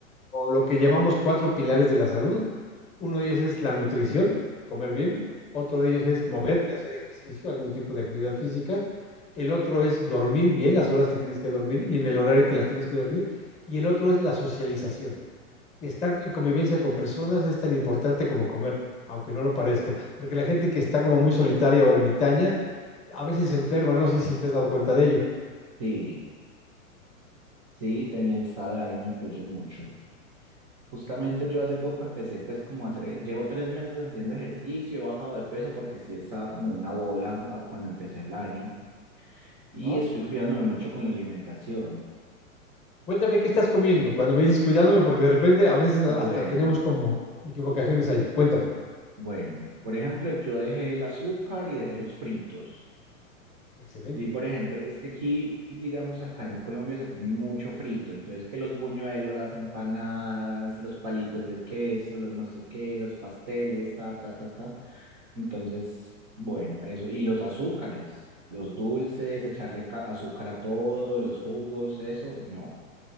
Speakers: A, on the left; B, on the right.
A: o lo que llamamos cuatro pilares de la salud. Uno de ellos es la nutrición, comer bien. Otro de ellos es moverte, hacer ejercicio, algún tipo de actividad física. El otro es dormir bien las horas que tienes que dormir y en el horario
B: ujú.
A: que las tienes que dormir. Y el otro es la socialización. Estar en convivencia con personas es tan importante como comer, aunque no lo parezca, porque la gente que está como muy solitaria o ermitaña a veces se enferma, no sé si te has dado cuenta de ello.
B: Sí, sí, ten- el estado de ánimo influye mucho. Justamente yo
A: ¿Sí?
B: hace poco empecé pues como a hacer, ej- llevo tres meses haciendo ejercicio, he bajado de peso porque sí estaba como una bola ah, cuando empecé el año y
A: ¿Ah?
B: estoy cuidándome mucho con la alimentación.
A: Cuéntame qué estás comiendo cuando me dices cuidándome, porque de repente a veces hasta
B: Bueno,
A: tenemos como equivocaciones ahí. Cuéntame.
B: bueno, por ejemplo, yo dejé el azúcar y dejé los fritos.
A: Excelente.
B: Y por ejemplo, es que aquí, digamos, acá en Colombia se come mucho frito, entonces que los buñuelos, las empanadas, los palitos de queso, los no sé qué, los pasteles, ta, ta, ta, ta. Entonces, bueno, eso. Y los azúcares, los dulces, echarle ca- azúcar a todo, los jugos, eso, no.